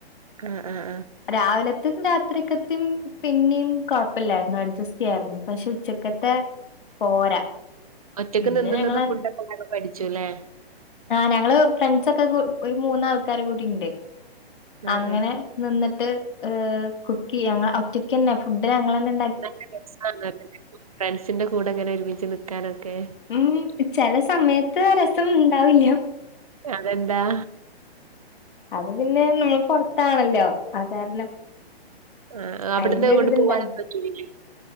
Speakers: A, on the right (about 35°); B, on the left (about 55°).
A: ആഹ് ആഹ് ആഹ്
B: രാവിലെ അത്തും രാത്രിക്കത്തിും പിന്നെയും കുഴപ്പില്ലായിരുന്നു അഡ്ജസ്റ്റ് ചെയ്യായിരുന്നു പക്ഷെ ഉച്ചക്കത്ത് പോര
A: ഒറ്റക്ക്
B: പിന്നെ
A: നിന്ന്
B: ഞ
A: നിന്ന് ഫുഡൊക്കെ ഇണ്ടാക്കാൻ പഠിച്ചുല്ലേ
B: ഞ ക്കെ ഒരു മൂന്ന ആൾക്കാര കൂടി ഉണ്ട്
A: ആഹ്
B: അങ്ങനെ
A: ആഹ്
B: നിന്നിട്ട് ഹ് കുക്ക് ചെയ്യ ഞങ്ങൾ ഒറ്റക്ക തന്നെ ഫുഡ് ഞങ്ങൾ തന്നെ
A: നല്ല രസണ ഫ്രണ്ട്സിന്റെ കൂടെ എങ്ങനെ ഒരുമച്ച് നിക്കാനൊക്കെ
B: ഉം ചില സമയത്ത് രസം ഉണ്ടാവില്ല
A: അതെന്താ
B: അത് പിന്നെ നമ്മൾ പുറത്താണല്ലോ അ കാരണം
A: ആ അവിടുന്ന്
B: അയിന്റെ
A: അങ്ങോട്ട്
B: ഒരിത്ന്താണ്
A: പോവാനൊന്നും പറ്റൂലേ